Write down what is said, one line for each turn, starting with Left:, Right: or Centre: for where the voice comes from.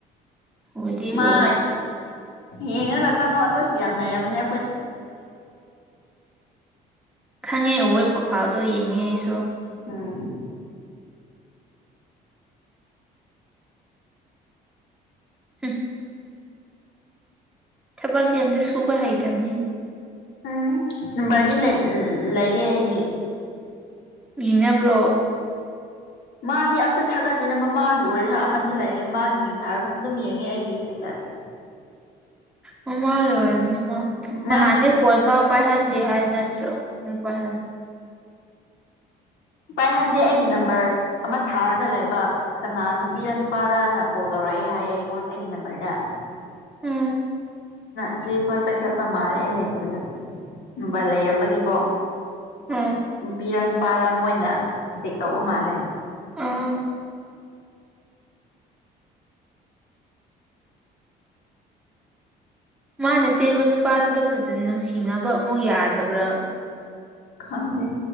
Centre: ꯎꯗꯤ
Left: ꯃꯥ
Centre: ꯎꯋꯦ
Left: ꯌꯦꯡꯉꯒ ꯆꯪꯉꯣ ꯑꯗꯨ ꯁꯤꯗꯤ ꯌꯥꯝ ꯂꯩꯔꯝꯃꯅꯦ
Centre: ꯈꯪꯉꯦ ꯎꯌꯦ ꯄ꯭ꯔꯣꯐꯥꯏꯜꯗꯣ ꯌꯦꯡꯉꯦ ꯑꯩꯁꯨ
Left: ꯎꯝ
Centre: ꯍꯝ ꯊꯕꯛꯇꯤ ꯑꯝꯇ ꯁꯨꯕ ꯍꯩꯇꯕꯅꯤꯅ
Left: ꯎꯝ ꯅꯝꯕꯔꯗꯤ ꯂꯩꯌꯦ ꯑꯩꯒꯤ
Centre: ꯌꯦꯡꯅꯕ꯭ꯔꯣ
Left: ꯃꯥꯗꯤ ꯑꯝꯇ ꯊꯥꯒꯠꯇꯦꯅ ꯃꯃꯥꯒꯤ ꯑꯣꯏꯔꯅ ꯑꯃꯗꯤ ꯂꯩꯌꯦ ꯃꯥꯒꯤ ꯃꯤ ꯊꯔ ꯑꯗꯨꯝ ꯌꯦꯡꯉꯦ ꯑꯩꯒꯤ ꯏꯁꯇꯦꯇꯁ
Centre: ꯑꯣꯃꯒ ꯑꯣꯏꯔꯝꯅꯤ ꯃꯥ ꯅꯍꯥꯟꯅꯤ
Left: ꯃꯥꯒꯤ
Centre: ꯐꯣꯟ ꯐꯥꯎ ꯄꯥꯏꯍꯟꯗꯦ ꯍꯥꯏꯕ ꯅꯠꯇ꯭ꯔꯣ ꯑꯃꯨꯛ ꯄꯥꯏꯍꯟ
Left: ꯄꯥꯏꯍꯟꯗꯦ ꯑꯩꯒꯤ ꯅꯝꯕꯔ ꯑꯃ ꯊꯥꯔꯒ ꯂꯩꯕ ꯀꯅꯥ ꯅꯨꯄꯤꯔ ꯅꯨꯄꯥꯔꯅ ꯀꯣꯜ ꯇꯧꯔꯛꯑꯦ ꯍꯥꯏꯌꯦ ꯑꯩꯉꯣꯟ ꯑꯩꯒꯤ ꯅꯝꯕꯔꯗ
Centre: ꯎꯝ
Left: ꯏꯆꯦꯈꯣꯏ ꯄꯥꯏꯈꯠꯄ ꯃꯥꯜꯂꯦ ꯑꯩ ꯂꯩꯇꯕꯗ ꯅꯨꯡꯕꯥ ꯂꯩꯔꯝꯕꯒꯤꯀꯣ
Centre: ꯎꯝ
Left: ꯅꯨꯄꯤꯔ ꯅꯨꯄꯥꯔ ꯃꯣꯏꯅ ꯆꯦꯛ ꯇꯧꯕ ꯃꯥꯜꯂꯦ
Centre: ꯎꯝ ꯃꯥꯅ ꯆꯦꯟꯕ ꯅꯨꯄꯥꯗꯨꯗ ꯐꯖꯅ ꯅꯨꯡꯁꯤꯅꯕ ꯑꯃꯨꯛ ꯌꯥꯗꯕ꯭ꯔꯥ
Left: ꯈꯪꯗꯦ